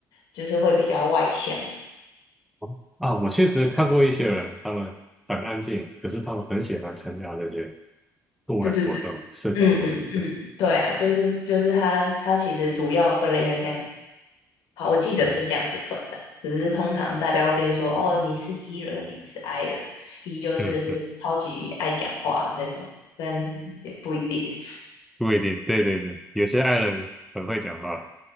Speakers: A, on the left; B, in the centre.
A: 就是会比较外向。
B: <laughs>，啊，我确实看过一些人，他们很安静，可是他们很喜欢参加这些户外活动、
A: 对对对，
B: 社交活动这样。
A: 嗯嗯，嗯，对啊，就是就是它它其实主要分类应该这样，好，我记得是这样子分的，
B: 嗯
A: 只是通常大家会变说哦，你是 E 人，你是 I 人，E 就是超级爱讲话那种，
B: 嗯嗯，
A: 但也不一定。
B: 不一定，对对对，有些爱人很会讲话